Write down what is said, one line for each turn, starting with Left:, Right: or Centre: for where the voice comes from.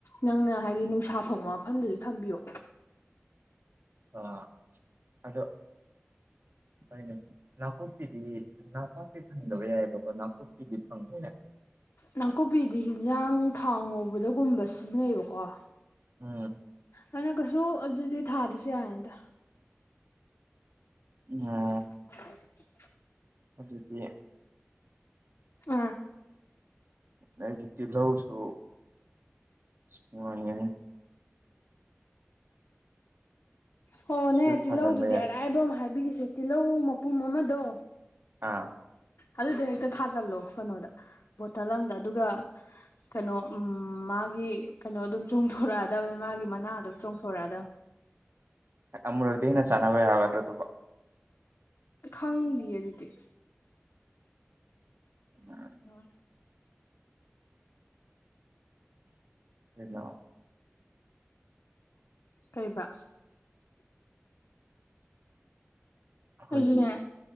Left: ꯅꯪꯅ ꯍꯥꯏꯗꯤ ꯅꯨꯡꯁꯥ ꯐꯪꯕ ꯃꯐꯝꯗꯁꯨ ꯊꯝꯕꯤꯌꯨ
Right: ꯑ ꯑꯗꯣ ꯍꫭꯏꯅꯦ ꯅꯥꯀꯨꯞꯄꯤꯗꯤ ꯅꯥ ꯄꯥꯛꯄꯤ ꯐꯪꯗꯕ ꯌꯥꯏꯑꯕꯀꯣ ꯅꯥꯀꯨꯞꯄꯤꯗꯤ ꯐꯪꯕꯅꯦ
Left: ꯅꯥꯀꯨꯞꯄꯤꯗꯤ ꯍꯟꯖꯥꯡ ꯊꯥꯎ ꯉꯧꯕꯗꯒꯨꯝꯕ ꯁꯤꯖꯤꯟꯅꯩꯌꯦꯕꯀꯣ
Right: ꯎꯝ
Left: ꯑꯩꯅꯥ ꯀꯩꯁꯨ ꯑꯗꯨꯗꯤ ꯊꯥꯗꯁꯨ ꯌꯥꯏ ꯅꯤꯗ
Right: ꯎꯝ
Left: <inaudible>
Right: ꯑꯗꯨꯗꯤ
Left: ꯑꯥ
Right: ꯑꯩꯒꯤ ꯇꯤꯂꯧꯁꯨ ꯏꯁꯄꯔꯤꯡ ꯑꯣꯅꯤꯑꯣꯟ
Left: ꯍꯣꯅꯦ
Right: ꯁꯨ ꯊꯥꯖꯤꯟꯕ
Left: ꯇꯤꯜꯍꯧꯗꯨꯗꯤ
Right: ꯌꯥꯏ
Left: ꯑꯔꯥꯏꯕ ꯑꯃ ꯍꯥꯏꯕꯤꯈꯤꯁꯦ ꯇꯤꯜꯍꯧ ꯃꯄꯨꯝ ꯑꯃꯗꯣ
Right: ꯑꯥ
Left: ꯑꯗꯨꯗꯣ ꯍꯦꯛꯇ ꯊꯥꯖꯜꯂꯣ ꯀꯩꯅꯣꯗ ꯕꯣꯇꯜ ꯑꯃꯝꯗ ꯑꯗꯨꯒ ꯀꯩꯅꯣ ꯎꯝ ꯃꯥꯒꯤ ꯀꯩꯅꯣ ꯑꯗꯨꯝ ꯆꯣꯡꯊꯣꯔꯛꯑꯗꯕꯅꯤ ꯃꯥꯒꯤ ꯃꯅꯥꯗꯨꯝ ꯆꯣꯡꯊꯣꯔꯛꯑꯗꯕꯅꯤ
Right: ꯑꯃꯨꯨꯔꯛꯗꯤ ꯍꯦꯟꯅ ꯆꯟꯅꯕ ꯌꯥꯒꯗ꯭ꯔ ꯑꯗꯨꯕꯣ
Left: ꯈꯪꯗꯤꯌꯦ ꯑꯗꯨꯗꯤ
Right: <unintelligible>
Left: <unintelligible>
Right: ꯀꯩꯅꯣ
Left: ꯀꯩꯕ
Right: ꯑꯩꯈꯣꯏꯒꯤ
Left: ꯑꯩꯖꯨꯅꯦ